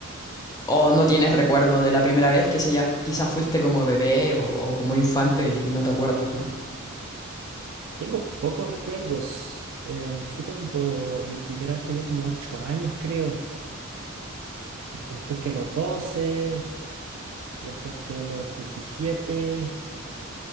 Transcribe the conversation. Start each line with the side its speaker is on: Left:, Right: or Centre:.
Left: O no tienes recuerdo de la primera vez, que si ya quizás fuiste como bebé o, o como infante y, y no te acuerdas, ¿no?
Right: Tengo pocos recuerdos. em, fue cuando mi primera vez tenía como 8 años, creo. Después fui a los 12, después fui a los 17.